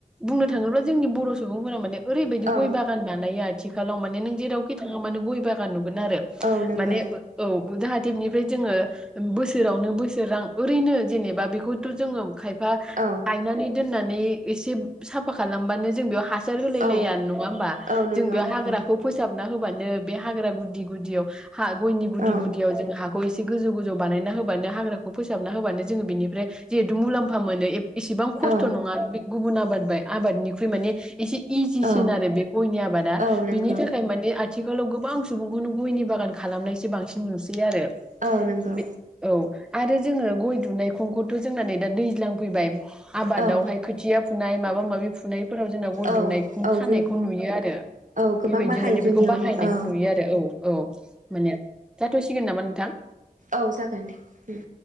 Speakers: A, in the centre; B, on the right.
A: बुंनो थाङोब्ला जोंनि बर सुबुंफोरा माने ओरैबायदि
B: औ
A: गय बागान बानायो आथि खालाव माने नों जेरावखि थाङा मानो गय बागान नुगोन। आरो
B: औ नंगौ
A: माने औ। जाहाथे बेनिफ्राय जोङो बोसोरावनो बोसोर रां ओरैनो जेनेबा बेखौथ जोङो खाय फा
B: औ
A: गायनानै दोननानै। एसे साफा खालामबानो जों बेयाव हास हासर होलाय
B: औ
A: लाया नङा होमबा
B: औ नंगौ
A: जों बेयाव
B: नंगौ
A: हाग्राखौ फोसाब बना होबानो बे हाग्रा गुदि गुदियाव। हा गयनि गुदि
B: औ
A: गुदियाव जों हाखौ इसे गोजौ गोजौ बानायना होबानो हाग्राखौ फोसाब फोसाबना होबानो जोङो बेनिफ्राय जिहेथु मुलाम्फा मोनो ए इसेबां खस्थ
B: औ
A: नङा। गुबुन आबाद बाय आबादनिख्रुइ माने एसे इजिसिन
B: औ
A: आरो बे गयनि आबादा
B: औ नंगौ
A: बिनि थाखाय माने आथ आथिखालाव गोबां सुबुंखौनो गयनि बागान खालामनायसो बांसिन नुसै बि आरो
B: औ नंगौ
A: बि औ, आरो जोङो गय दुनायखंखौथ' जोंना नै दा दैज्लां, फैबाय आबादावहाय
B: औ
A: खो फुनाय माबि फु फुनायफोराव जोंना गय
B: औ
A: दुनायखौ
B: औ
A: खानायखौ
B: जों
A: नुयो आरो
B: औ गोबां
A: बेबायदि
B: बाहायो
A: माने
B: जोंनियावबो
A: बेखौ बाहायनायखौ
B: औ
A: नुयो आरो औ औ माने जाथ'सिगोन नामा नोंथां,
B: औ जागोन दे